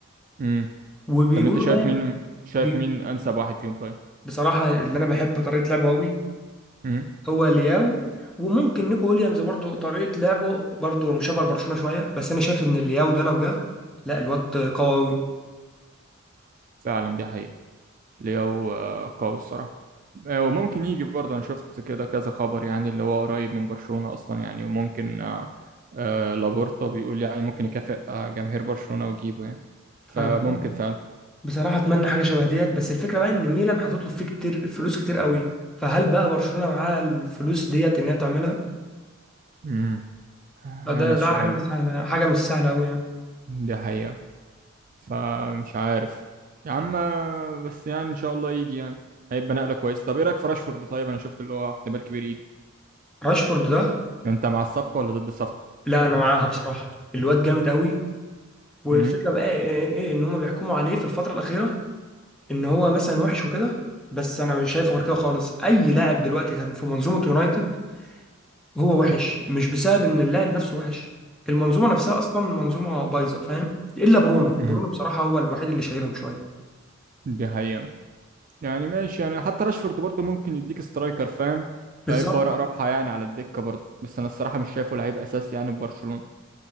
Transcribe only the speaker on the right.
امم
طب انت شايف
مين شايف
مين انسب واحد فيهم طيب
امم
فعلا دي حقيقة لياو آه، قوي الصراحة آه، وممكن يجي برضه أنا شفت كده كذا خبر يعني اللي هو قريب من برشلونة أصلا يعني وممكن آه، آه، لابورتا بيقول يعني ممكن يكافئ آه، جماهير برشلونة ويجيبه يعني فممكن
فعلا
امم هنا
السؤال
بقى
دي حقيقة فمش عارف يا عم آه، بس يعني إن شاء الله يجي يعني هيبقى نقلة كويسة طب إيه رأيك في راشفورد طيب أنا شفت اللي هو احتمال كبير يجي
أنت مع الصفقة ولا ضد الصفقة؟
امم
أمم.
دي حقيقة يعني ماشي يعني حتى راشفورد برضه ممكن يديك سترايكر فاهم فيبقى
ورق رابحه يعني على الدكه برضه بس انا الصراحه مش شايفه لعيب اساسي يعني في برشلونه